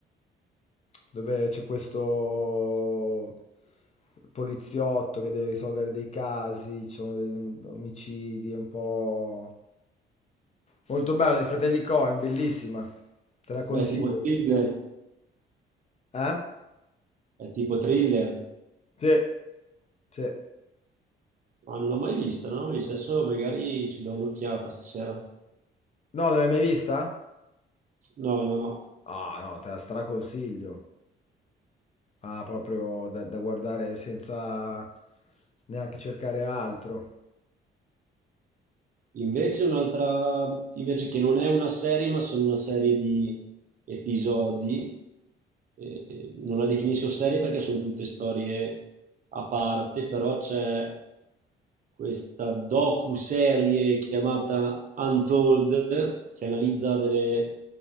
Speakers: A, on the left (about 35°); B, on the right (about 40°).
A: dove c'è questo poliziotto che deve risolvere dei casi, ci sono dei omicidi, è un po'... Molto bello, dei fratelli Coen, bellissima. Te la consiglio.
B: è tipo thriller,
A: Eh?
B: è tipo thriller.
A: Sì, sì. No,
B: Ah, non l'ho mai vista, non l'ho mai vista. Adesso magari ci do un'occhiata stasera.
A: non l'hai mai vista?
B: No, no, no.
A: Ah, no, te la straconsiglio. Ah, proprio da, da guardare senza neanche cercare altro.
B: Invece un'altra, invece che non è una serie, ma sono una serie di episodi. eh, non la definisco serie perché sono tutte storie a parte, però c'è questa docu-serie chiamata Untold che analizza delle